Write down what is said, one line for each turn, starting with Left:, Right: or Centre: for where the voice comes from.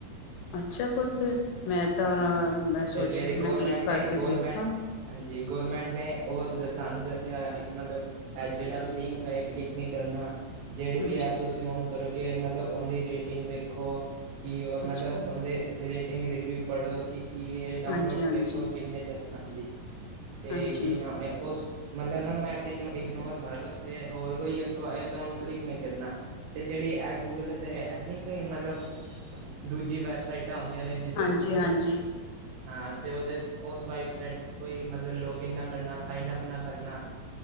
Left: ਅੱਛਾ ਪੁੱਤ, ਮੈਂ ਤਾਂ
Right: ਹਾਂਜੀ
Left: ਮੈਂ
Right: ਤੇ
Left: ਸੋਚ
Right: ਫੇਰ
Left: ਰਹੀ ਸੀ ਮੈਂ
Right: ਗੌਰਮੈਂਟ
Left: ਕਲਿੱਕ ਕਰਕੇ
Right: ਨੇ
Left: ਵੇਖਾਂ।
Right: ਗੌਰਮੈਂਟ ਹਾਂਜੀ ਗੌਰਮੈਂਟ ਨੇ ਉਹ ਦਸ ਸਾਨੂੰ ਦਸਿਆ ਹੋਇਆ ਕੀ ਮਤਲਬ ਏਹ ਜਿਹੜਾ ਵੀ ਲਿੰਕ ਆਏ ਕਲਿੱਕਿ ਨੀ ਕਰਨਾ। ਜਿਹੜੀ
Left: ਹਾਂਜੀ,
Right: ਵੀ ਐਪ ਤੁਸੀਂ ਔਨ ਕਰੋਗੇ ਮਤਲਬ ਉਹਦੀ ਰੇਟਿੰਗ ਵੇਖੋ। ਕਿ ਉਨਾ
Left: ਅੱਛਾ
Right: ਦਾ
Left: ਪੁੱਤ,
Right: ਉਹਦੇ ਰੇਟਿੰਗ ਰਿਵਿਊ ਪੜ੍ਹੋ ਕੀ ਕਿ ਇਹ ਡਾਊਨਲੋਡ
Left: ਹਾਂਜੀ, ਹਾਂਜੀ,
Right: ਵੇਖੋ ਕਿੰਨੇ ਜਿਆਦਾ ਹਾਂਜੀ, ਤੇ
Left: ਹਾਂਜੀ,
Right: ਕੀ ਨਾਮ ਹੈ ਉਸ ਮਤਲਬ ਨਾ ਮੈਸੇਜ ਨੂੰ ਇਗਨੋਰ ਮਾਰੋ ਤੇ ਹੋਰ ਕੋਈ ਅੱਗੋਂ ਆਏ ਤੇ ਉਹਨੂੰ ਕਲਿੱਕ ਨਹੀਂ ਕਰਨਾ। ਤੇ ਜਿਹੜੀ ਏਪ ਗੂਗਲ ਦੇ ਤੇ ਹੈ ਨੀ ਕੋਈ ਮਤਲਬ, ਦੂਜੀ ਵੈਬਸਾਈਟਾਂ ਆਉਂਦੀਆਂ ਨੇ ਜਿਹਦੇ
Left: ਹਾਂਜੀ,
Right: ਮਤਲਬ
Left: ਹਾਂਜੀ
Right: ਹਾਂ ਤੇ ਉਹਦੇ, ਉਸ ਵਾਈਬ ਸਾਈਡ ਕੋਈ ਮਤਲਬ ਲੌਗਇਨ ਨਾ ਕਰਨਾ ਸਾਈਨ ਅਪ ਨਾ ਕਰਨਾ।